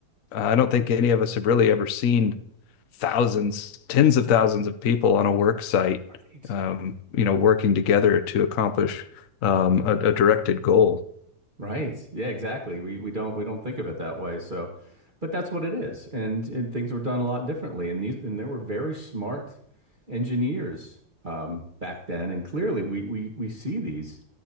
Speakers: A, on the left (about 60°); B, on the right (about 25°).
A: Uh, I don't think any of us have really ever seen thousands, tens of thousands of people on a work site,
B: Right.
A: um, you know, working together to accomplish um, a, a directed goal.
B: Right. Yeah, exactly. We we don't we don't think of it that way. So, but that's what it is. And and things were done a lot differently. And these and there were very smart engineers um, back then. And clearly we we we see these